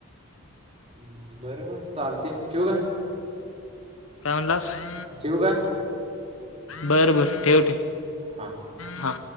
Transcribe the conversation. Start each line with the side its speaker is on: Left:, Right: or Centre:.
Right: हम्म बर बर चालतय ठेवू काय.
Left: काय म्हणालास?
Right: ठेवू का.
Left: बरं बर ठेव ठेव.
Right: हां.
Left: हा.